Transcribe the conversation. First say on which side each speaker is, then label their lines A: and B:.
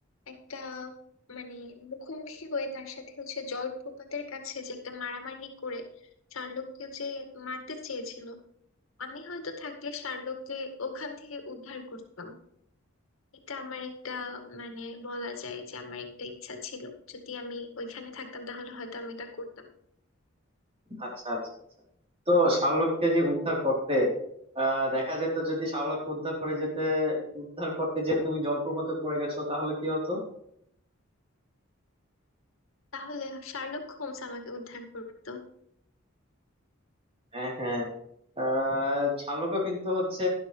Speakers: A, on the left; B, on the right.
A: একটা মানে মুখোমুখি হয়ে তার সাথে হচ্ছে জলপ্রপাতের কাছে যে একটা মারামারি করে শার্লককে যে মারতে চেয়েছিল আমি হয়তো থাকলে শার্লককে ওখান থেকে উদ্ধার করতাম এটা আমার একটা মানে বলা যায় যে আমার একটা ইচ্ছা ছিল যদি আমি ওইখানে থাকতাম তাহলে হয়তো আমি এটা করতাম
B: আচ্ছা আচ্ছা আচ্ছা। তো শার্লককে যে উদ্ধার করতে আহ দেখা যেত যদি শার্লককে উদ্ধার করে যেতে উদ্ধার করতে যে তুমি জলপ্রপাতে পড়ে গেছো তাহলে কি হতো
A: তাহলে শার্লক হোমস আমাকে উদ্ধার করতো
B: হ্যাঁ হ্যাঁ আহ শার্লকও কিন্তু হচ্ছে